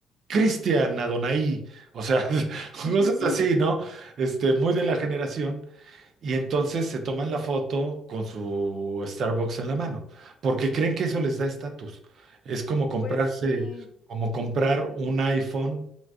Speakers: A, on the right; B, on the left.
A: Cristian Adonai, o sea, <laughs>
B: <laughs>
A: cosas así, ¿no? Este, muy de la generación. Y entonces se toman la foto con su Starbucks en la mano, porque creen que eso les da estatus. Es como comprarse,
B: Pues sí,
A: como comprar un iPhone,